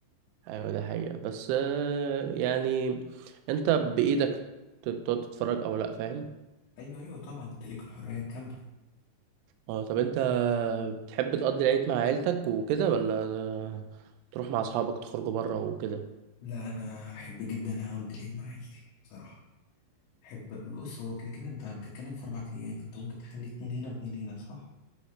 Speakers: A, on the right; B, on the left.
A: ايوه ده حقيقة بس آه يعني انت بإيدك ت- تقعد تتفرج او لا فاهم
B: أيوه أيوه طبعا أنت ليك الحرية الكاملة
A: اه طب انت بتحب تقضي العيد مع عيلتك وكده ولا تروح مع اصحابك تخرجوا بره وكده
B: لا أنا أحب جدا أقضي العيد مع عيلتي بصراحة أحب بص هو كده كده أنت بتتكلم في أربع أيام فأنت ممكن تخلي اتنين هنا واتنين هنا صح؟